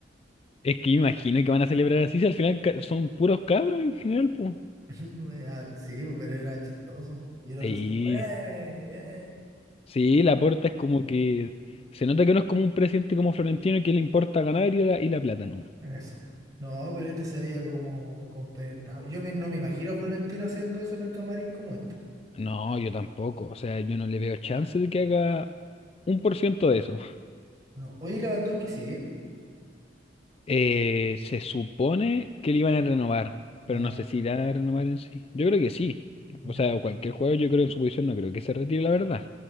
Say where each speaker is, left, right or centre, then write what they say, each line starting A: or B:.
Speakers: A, on the left; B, on the right.
A: Es que imagino que van a celebrar así, si al final ca- son puros cabros en general, pues.
B: <laughs> Me da- Sí, pues, pero era chistoso. Y el otro
A: Sí.
B: así como, ¡eh!
A: Sí, Laporta
B: ¡eh!
A: es como que. Se nota que no es como un presidente como Florentino que le importa ganar y la, y la plata nomás.
B: Eso. No, pero este se veía como compenetrado. Yo me- no me imagino a Florentino haciendo eso en el camarín como este.
A: No, yo tampoco. O sea, yo no le veo chance de que haga un por ciento de eso.
B: No. Oye, Lewandowski sigue.
A: Eh, se supone que le iban a renovar, pero
B: Ah,
A: no
B: ya.
A: sé si irán a renovar en sí. Yo creo que sí.
B: Ya.
A: O sea, cualquier jugador, yo creo en su posición, no creo que se retire, la verdad.